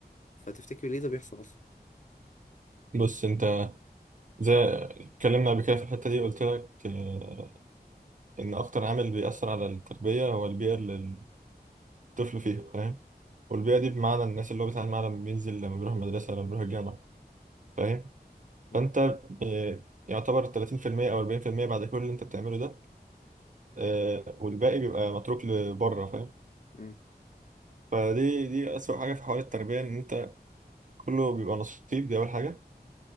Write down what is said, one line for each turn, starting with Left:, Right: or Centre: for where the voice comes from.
Left: فتفتكر ليه ده بيحصل اصلا
Right: بص انت زي اتكلمنا قبل كده في الحتة دي قلت لك آه، ان اكتر عامل بيأثر على التربية هو البيئة اللي الطفل فيها فاهم والبيئة دي بمعنى الناس اللي هو بيتعامل معاها لما بينزل لما بيروح المدرسة لما بيروح الجامعة فاهم
Left: مم.
Right: فانت آه، يعتبر 30% او 40% بعد كل اللي انت بتعمله ده آه، والباقي بيبقى متروك لبره فاهم
Left: مم.
Right: فدي دي أسوأ حاجة في حوار التربية ان انت كله بيبقى نصيب دي اول حاجة